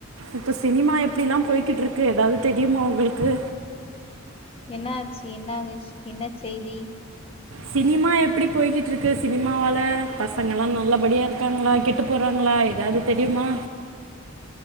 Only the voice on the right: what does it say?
இப்ப சினிமா எப்டிலா போய்கிட்ருக்கு எதாவது தெரியுமா உங்களுக்கு
சினிமா எப்டி போய்கிட்ருக்கு சினிமாவால பசங்கலா நல்லபடியா இருக்கானுங்களா கெட் ட்டு போறாங்ளா எதாவது தெரியுமா